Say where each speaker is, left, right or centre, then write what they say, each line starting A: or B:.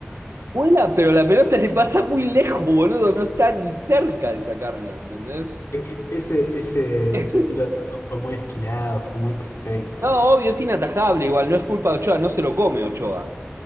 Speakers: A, on the right; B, on the left.
A: Vuela, pero la pelota le pasa muy lejos, boludo. No está ni cerca de sacarla, ¿entendés?
B: Es que ese, ese,
A: <laughs>
B: ese tiro al arco fue muy esquinado, fue muy perfecto.
A: No, obvio, es inatajable, igual, no es culpa de Ochoa, no se lo come Ochoa.